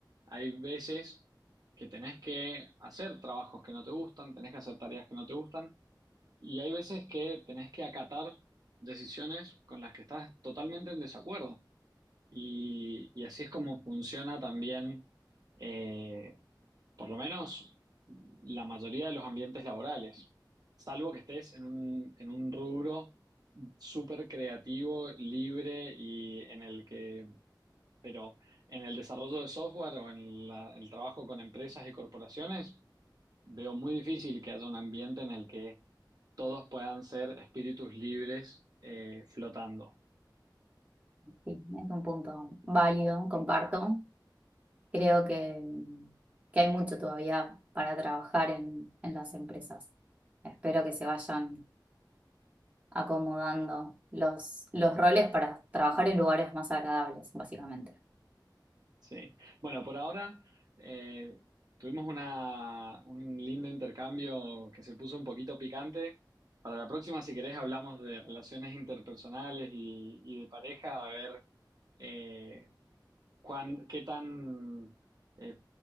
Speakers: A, on the right; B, on the right.
A: Hay veces que tenés que hacer trabajos que no te gustan, tenés que hacer tareas que no te gustan y hay veces que tenés que acatar decisiones con las que estás totalmente en desacuerdo. Y, y así es como funciona también, eh, por lo menos, la mayoría de los ambientes laborales. Salvo que estés en un, en un rubro súper creativo, libre y en el que, pero en el desarrollo de software o en la- el trabajo con empresas y corporaciones. Veo muy difícil que haya un ambiente en el que todos puedan ser espíritus libres eh, flotando.
B: Sí, es un punto válido, comparto. Creo que, que hay mucho todavía para trabajar en, en las empresas. Espero que se vayan acomodando los, los roles para trabajar en lugares más agradables, básicamente.
A: Sí. Bueno, por ahora eh, tuvimos una, un lindo intercambio que se puso un poquito picante. Para la próxima, si querés, hablamos de relaciones interpersonales y, y de pareja, a ver eh, cuán- qué tan, eh,